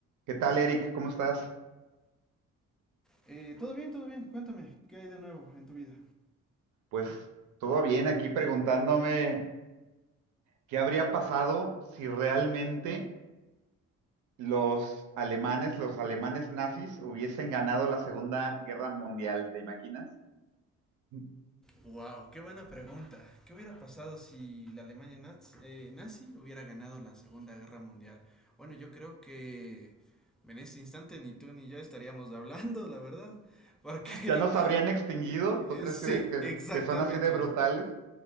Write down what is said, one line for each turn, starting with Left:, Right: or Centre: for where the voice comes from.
Right: ¿Qué tal, Eric? ¿Cómo estás?
Centre: Eh, todo bien, todo bien. Cuéntame, ¿qué hay de nuevo en tu vida?
Right: Pues todo bien, aquí preguntándome qué habría pasado si realmente los alemanes, los alemanes nazis, hubiesen ganado la Segunda Guerra Mundial, ¿te imaginas? <laughs>
Centre: Wow, qué buena pregunta. ¿Qué hubiera pasado si la Alemania naz- eh, nazi hubiera ganado la Segunda Guerra Mundial? Bueno, yo creo que en este instante ni tú ni yo estaríamos hablando, la verdad. Porque
Right: ¿Ya nos habrían extinguido?
Centre: <laughs>
Right: ¿Tú
Centre: eh,
Right: crees
Centre: sí,
Right: que, que-
Centre: exactamente.
Right: que son así de brutales?